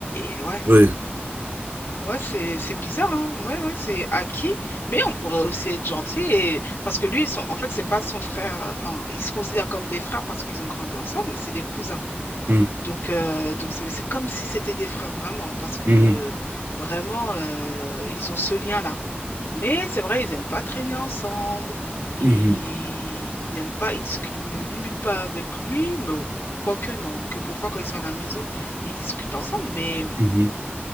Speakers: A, on the left; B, on the right.
A: et ouais,
B: ouais.
A: ouais, c'est c'est bizarre, hein. Ouais, ouais, c'est acquis, mais on pourrait aussi être gentil et parce que lui, ils sont en fait, c'est pas son frère. Enfin, ils se considèrent comme des frères parce qu'ils ont grandi ensemble, mais c'est des cousins.
B: Mm,
A: Donc, euh, donc, c'est- mais c'est comme si c'était des frères, vraiment, parce que
B: mhm,
A: vraiment, euh, ils ont ce lien-là. Mais c'est vrai, ils n'aiment pas traîner ensemble, ils
B: mhm,
A: n'aiment pas, ils discutent me- limite pas avec lui, mais bon, quoique non, quelquefois quand ils sont à la maison, ils discutent ensemble, mais
B: mhm.